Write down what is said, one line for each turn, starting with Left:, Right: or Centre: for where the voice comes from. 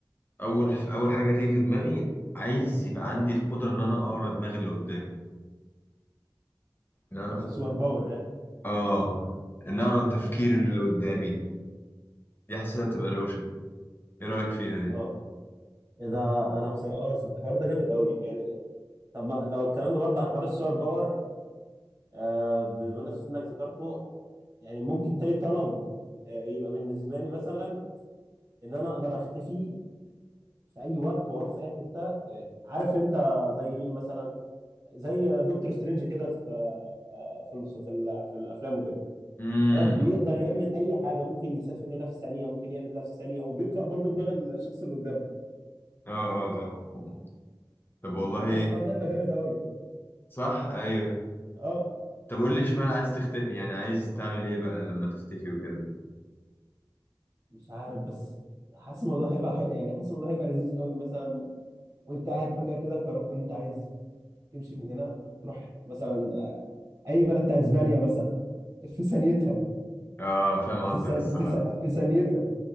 Left: اول اول حاجه تيجي في دماغي عايز يبقى عندي القدره ان انا اقرا دماغ اللي قدامي ان انا
Right: سوبر باور يعني
Left: اه ان اقرا تفكير اللي قدامي
Right: حلو
Left: دي حاسسها تبقى روشه ايه رايك فيها دي
Right: اه اذا انا بس اه الحوار ده جامد قوي يعني طب ما لو اتكلمنا برضه عن حوار السوبر باور آه بمناسبة انك ذكرته يعني ممكن تاني طلب آه يبقى بالنسبة لي مثلا ان انا اقدر اختفي في اي وقت واروح في اي حتة يعني عارف انت زي مين مثلا زي دكتور سترينج كده في في المس- في ال- في الافلام وكده
Left: امم
Right: لا بيقدر يعمل اي حاجه ممكن يسافر هنا في ثانيه ممكن يعمل هنا في ثانيه وبيقرا برضه دماغ الشخص اللي قدامه
Left: اه اه اه طب والله
Right: فانا حاسس الحوار ده هيبقى جامد قوي
Left: صح ايوه
Right: اه
Left: طب قول لي اشمعنى عايز تختفي يعني عايز تعمل ايه بقى لما تختفي وكده
Right: مش عارف بس حاسس الموضوع هيبقى حي... يعني حاسس الموضوع هيبقى لذيذ قوي مثلا وانت قاعد فجاه كده قررت ان انت عايز تمشي من هنا وتروح مثلا آه، اي بلد بتاع اسبانيا مثلا في ثانيتها
Left: اه فاهم
Right: في
Left: قصدك
Right: سن...
Left: الصراحه
Right: في س... في ثانيتها